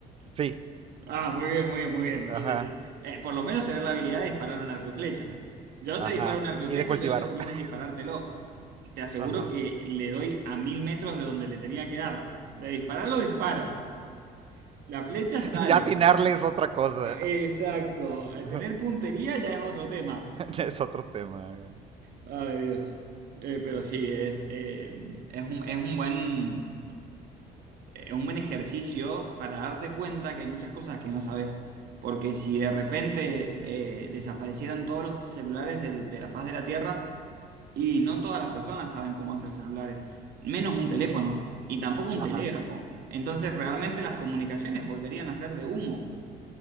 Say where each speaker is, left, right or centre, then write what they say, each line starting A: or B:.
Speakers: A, on the right; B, on the right.
A: Sí,
B: Ah, muy bien, muy bien, muy bien. Entonces,
A: ajá,
B: eh, eh, por lo menos tener la habilidad de disparar un arco y flecha. Yo
A: ajá.
B: te disparo un arco y
A: Y
B: flecha,
A: de cultivar.
B: yo no tengo problema
A: <laughs>
B: en disparártelo. Te aseguro
A: Ajá.
B: que le doy a mil metros de donde le tenía que dar. De dispararlo, disparo. La flecha sale.
A: Ya atinarle es otra cosa.
B: Ah, Exacto. Eh,
A: <laughs>
B: Tener puntería ya es otro tema.
A: Ya es otro tema. güey.
B: Ay, Dios. Eh, pero sí, es, eh, es un, es un buen, es un buen ejercicio para darte cuenta que hay muchas cosas que no sabes. Porque si de repente eh, desaparecieran todos los celulares del- de la faz de la Tierra, y no todas las personas saben cómo hacer celulares, menos un teléfono y tampoco un
A: Ajá.
B: telégrafo. Entonces realmente las comunicaciones volverían a ser de humo,